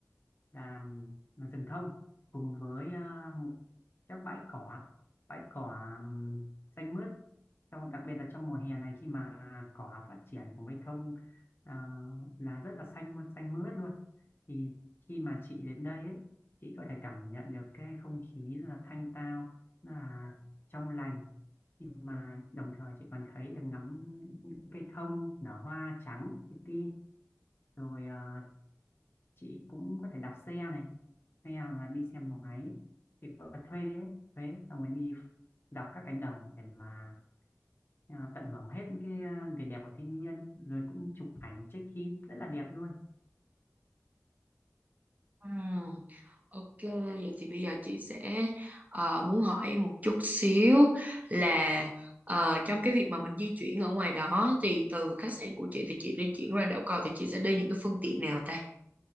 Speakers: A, on the left; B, on the right.
A: làm là rừng thông cùng với à, một các bãi cỏ bãi cỏ ừm, xanh mướt trong đặc biệt là trong mùa hè này khi mà cỏ phát triển cùng với thông à, là rất là xanh luôn xanh mướt luôn thì khi mà chị đến đây ấy, chị có thể cảm nhận được cái không khí là thanh tao là trong lành nhưng mà đồng thời chị còn thấy được ngắm cây thông nở hoa trắng li ti rồi à, chị cũng có thể đạp xe này hay là đi xe máy chị có thuê ấy, thuê xong rồi đi đọc các cánh đồng để mà à, tận hưởng hết cái à, vẻ đẹp của thiên nhiên rồi cũng chụp ảnh check in rất là đẹp luôn
B: Ừm, Ok, vậy thì bây giờ chị sẽ ờ, muốn hỏi em một chút xíu là ờ, trong cái việc mà mình di chuyển ở ngoài đó thì từ khách sạn của chị thì chị di chuyển ra đảo cầu thì chị sẽ đi những cái phương tiện nào ta?